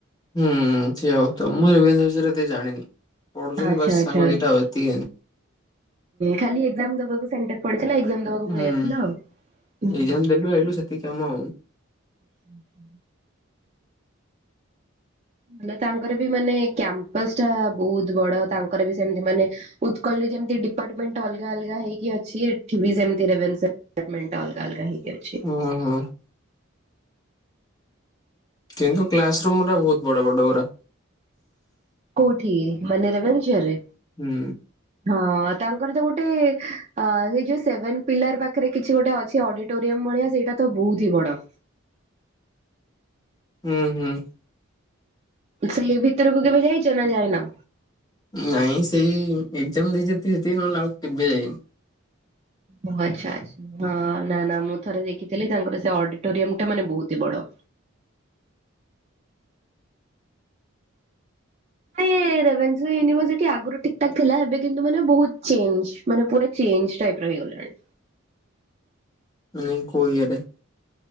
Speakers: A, on the left; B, on the right.
A: ହୁଁ ସେୟା ହଉଥିବ ମୁଁ ଏ ବିଷୟରେ ଏତେ ଜାଣିନି ପଢୁଛନ୍ତି
B: ଆଚ୍ଛା
A: ବାସ
B: ଆଚ୍ଛା।
A: ସାଙ୍ଗ ଦିଟା ଆଉ ଏତିକି
B: ଖାଲି ଏକ୍ଜାମ ଦେବାକୁ ସେଣ୍ଟର ପଡିଥିଲା ଏକ୍ଜାମ ଦେବାକୁ ପଳେଇ
A: ହୁଁ
B: ଆସିଲା ଆଉ।
A: ଏକ୍ଜାମ ଆଇଲୁ <unintelligible> ଏତିକି କାମ
B: <inaudible> ମାନେ ତାଙ୍କର ବି ମାନେ କ୍ୟାମ୍ପସ ଟା ବହୁତ ବଡ ତାଙ୍କର ବି ସେମିତି ମାନେ ଉତ୍କଳରେ ଯେମତି ଡିପାର୍ଟମେଣ୍ଟ ଅଲଗା ଅଲଗା ହେଇକି ଅଛି ଏଠି ବି ସେମିତି ରେଭେନ୍ସା ଡିପାର୍ଟମେଣ୍ଟ ଅଲଗା ଅଲଗା ହେଇକି ଅଛି।
A: ହୁଁ ହୁଁ। କିନ୍ତୁ କ୍ଲାସ ରୁମା ବହୁତ ବଡ ବଡ ଗୁରା
B: କେଉଠି ମାନେ ରେଭେନ୍ସା ରେ?
A: ହୁଁ।
B: ହଁ ତାଙ୍କର ତ ଗୋଟେ ଏ ସେ ଯୋଉ ସେଭେନ ପିଲାର ପାଖରେ କିଛି ଗୋଟେ ଅଛି ଅଡିଟ ଟୋରିୟମ ଭଳିଆ ସେଇଟା ତ ବହୁତ ହି ବଡ।
A: ହୁଁ ହୁଁ।
B: ସେଇ ଭିତରକୁ କେବେ ଯାଇଚ ନା ଯାଇନ?
A: ନାଇଁ ସେଇ ଏକ୍ଜାମ ଦେଇଛି ଯେତିକି ସେତିକି ନହେଲେ ଆଉ କେବେ ଯାଇନି।
B: ଓ ଆଚ୍ଛା ଆ ହଁ ନା ନା ମୁଁ ଥରେ ଦେଖିଥିଲି ତାଙ୍କର ସେ ଅଡିଟୋରିୟମଟା ମାନେ ବହୁତି ବଡ। ୟେ ରେଭେନ୍ସା ୟୁନିଭରସିଟି ଆଗରୁ ଠିକ୍ ଠାକ୍ ଥେଲା ଏବେ କିନ୍ତୁ ମାନେ ବହୁତ ଚେଞ୍ଜ। ମାନେ ପୁରା ଚେଞ୍ଜ ଟାଇପର ହେଇଗଲାଣି।
A: ନାଇଁ କଇଆରେ